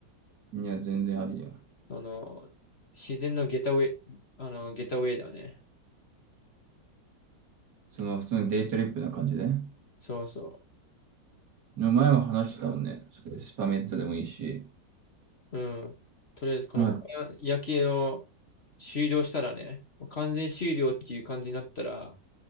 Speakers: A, on the right; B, on the left.
A: うんいや、全然ありだよ。
B: その、自然のゲタウェイ、あの、ゲタウェイだよね。
A: その普通のデイトリップな感じで。
B: そうそう。
A: 前も話してたもんね。それスパメッツァでもいいし。
B: うん。とりあえず、このパン夜景を
A: あ、
B: 終了したらね、もう完全終了っていう感じになったら、